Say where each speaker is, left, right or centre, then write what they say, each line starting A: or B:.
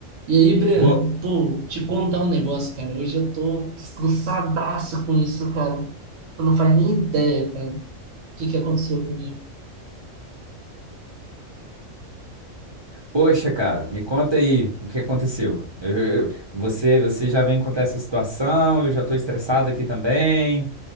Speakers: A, on the right (about 70°); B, on the right (about 35°).
A: E aí, Breno,
B: Bo-
A: pô, te contar um negócio, cara. Hoje eu tô estressadaço com isso, cara. Tu não faz nem ideia, cara, o que que aconteceu comigo.
B: Poxa, cara, me conta aí o que aconteceu. Eu- eu- você, você já vem contar essa situação, eu já tô estressado aqui também.